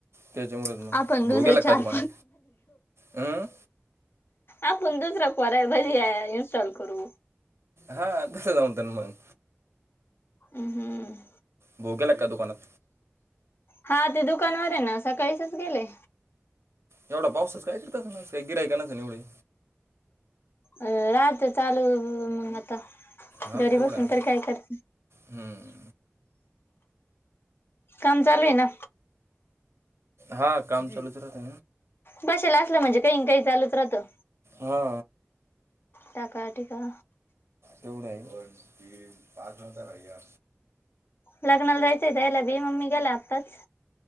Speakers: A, on the right; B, on the left.
A: त्याच्यामुळेच मग
B: आपण दुसरे
A: भाऊ गेला का
B: चार
A: दुकानात
B: <unintelligible>
A: हं?
B: आपण दुसरा <unintelligible> इन्स्टॉल करू.
A: हा दस जाऊ त्यां मग.
B: हम् हम्म.
A: भावू गेला का दुकानात.
B: हा ते दुकानावर आहे ना सकाळीचच गेले.
A: एवढा पाऊसच कायत न का गिराय का नस एवढे.
B: अ राहत चालू मग आता.
A: हा
B: घरी
A: तेवढा
B: बसून
A: आहे
B: तर
A: म
B: काय करते
A: हम्म.
B: काम चालू आहे ना
A: हा काम लूच राते.
B: बसेला असलं म्हणजे काही काही चालूच राहतं
A: हा.
B: टाका टीका
A: तेवढ आहे दोन तीन पाच नव्हता भैया
B: लग्नाला जायचंय त्यायला बी मम्मी गेल्या आत्ताच